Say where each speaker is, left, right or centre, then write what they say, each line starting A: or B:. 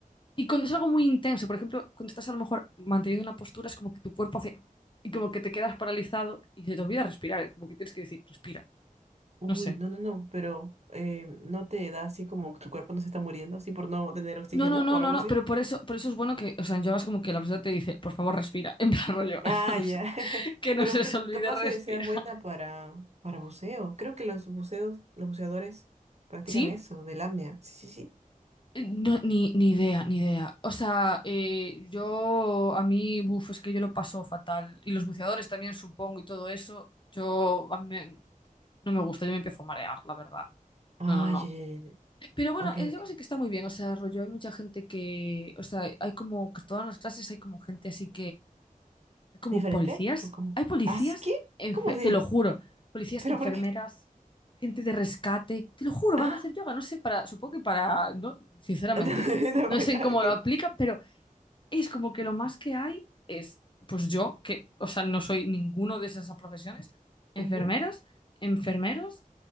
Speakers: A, on the left; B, on the right.
A: Y cuando es algo muy intenso, por ejemplo, cuando estás a lo mejor manteniendo una postura, es como que tu cuerpo hace... Y como que te quedas paralizado y se te olvida respirar, ¿eh? como que tienes que decir, respira.
B: Uy,
A: No sé.
B: no, no, no, pero eh, ¿no te da así como tu cuerpo no se está muriendo, así por no tener oxígeno
A: No, no, no,
B: o algo
A: no, no,
B: así?
A: pero por eso, por eso es bueno que, o sea, en yoga es como que la persona te dice, por favor, respira, <laughs> en plan rollo,
B: Ah,
A: <laughs> no
B: ya.
A: sé,
B: <laughs>
A: que no
B: Pero
A: se
B: que
A: os olvide
B: capaz
A: respirar.
B: eh, seas buena para, para buceo. Creo que los buceos, los buceadores practican
A: ¿Sí?
B: eso, del apnea. Sí, sí, sí.
A: Eh, No, ni, ni idea, ni idea. O sea, eh, yo a mí, buf, es que yo lo paso fatal. Y los buceadores también, supongo, y todo eso. Yo, a mí me- no me gusta, yo me empiezo a marear, la verdad.
B: Ah,
A: No, no, no.
B: ya, ya, ya. ya.
A: Pero bueno,
B: Ok,
A: el
B: ok.
A: yoga sí que está muy bien. O sea, rollo, hay mucha gente que, o sea, hay como que todas las clases hay como gente así como
B: ¿Diferente?
A: policías.
B: ¿O cómo?
A: Hay policías,
B: ¿Así que?
A: enfe-
B: ¿Cómo así?
A: te lo juro. Policías,
B: ¿Pero
A: enfermeras,
B: por qué?
A: gente de rescate. Te lo juro, van
B: Ah,
A: a hacer yoga. No sé, para, supongo que para, no, sinceramente,
B: <laughs> no, no,
A: no sé en
B: ah,
A: cómo
B: ok.
A: lo aplica, pero es como que lo más que hay es, pues yo, que, o sea, no soy ninguno de esas profesiones, enfermeras,
B: Ujú.
A: enfermeros,